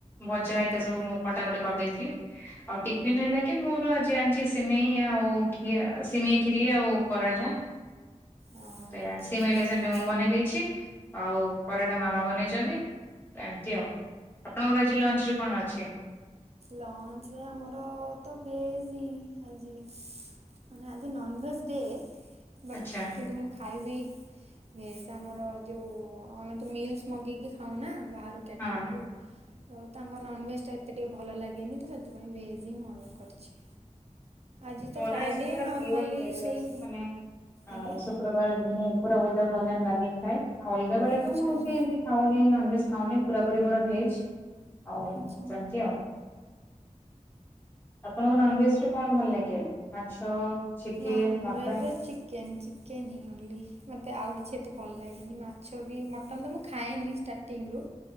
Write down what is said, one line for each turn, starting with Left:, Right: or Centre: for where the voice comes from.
Left: ଭଜା ହେଇକା
Right: ଆଜ୍ଞା।
Left: ସବୁ
Right: ଆଜ୍ଞା।
Left: ମୁଁ କଟାକଟି କରିଦେଇଥିଲି ଆଉ ଟିଫିନ ହେଲାକି କି ମୋର ଆଜି ଆଣିଛି ସିମେଇ ଆଉ ଖିଆ ସିମେଇ ଖିରି ଆଉ ପରାଠା।
Right: ଆ
Left: ତ
Right: ଆଚ୍ଛା
Left: ସିମେଇ
Right: ଆଚ୍ଛା।
Left: ଟା ସେମିତି ମୁଁ ବନେଇ ଦେଇଛି ଆଉ ପରାଟା ମାମା ବନେଇଛନ୍ତି ଏମତି ଆଉ ଆପଣଙ୍କର ଆଜି? ଇ ଲଞ୍ଚ ରେ କଣ ଅଛି?
Right: ଲଞ୍ଚ ରେ ଆମର ତ ଭେଜ ହିଁ ଆଜି। ମାନେ ଆଜି ନନଭେଜ ଦେ ବଟ
Left: ଆଚ୍ଛା
Right: କିନ୍ତୁ ମୁ ଖାଇବି ଭେଜ ଆମର ଯୋଉ ଆମେ ତ ମିଲ୍ସି ମଗେଇକି ଖାଉନା ବାହାରୁ କ୍ୟାଟ୍ରିରିଙ୍ଗ
Left: ହଁ
Right: ରୁ। ତ ତାଙ୍କ ନନଭେଜ ଟା ଏତେ ଟିକିଏ ଭଲ ଲାଗେନି ତ ସେଥିପାଇଁ ଭେଜ୍ ହିଁ ମୁଁ ଅର୍ଡ଼ର କରିଛି। ଆଜି
Left: ମୋର
Right: ତ ଫ୍ରାଇଡ଼େ
Left: ଆଜି ପୁରା
Right: ନର୍ମାଲି
Left: ପିଓର ଭେଜ୍
Right: ସେଇ
Left: ଆସିଚି ମାନେ ଆଉ
Right: ଆଜ୍ଞା।
Left: ସବ ପୁରା ବାରେ ମୁଁ ପୁରା ଉଇ ଦାଉଟୁ ଅନିଅନ ଗାର୍ଲିକ ଖାଏ ଆଉ ଅଲଗା ବେଳେ
Right: ଆଚ୍ଛା
Left: ତ ମୁଁ ଏମିତି
Right: ଆଚ୍ଛା।
Left: ଏମତ ଖାଉନି ନନଭେଜ୍ ଖାଉନି ପୁରାପୁରି ମୋର ଭେଜ୍ ଆଉ
Right: ଆଚ୍ଛା।
Left: ସେମତି ଆଉ। ଆପଣଙ୍କୁ ନନଭେଜ ରେ କଣ ଭଲ ଲାଗେ ମାଛ? ଚିକେନ,
Right: ନନ
Left: ମଟନ,
Right: ଭେଜରେ ଚିକ୍ ଚିକେନ୍ ଚିକେନ୍ ହିଁ ଓନ୍ଲି ମୋତେ ଆଉ କିଛି ଏତେ ଭଲ ଲାଗେନି ମାଛ ବି ମଟନ୍ ତ ମୁଁ ଖାଏନି ଷ୍ଟାର୍ଟ ଟିଂରୁ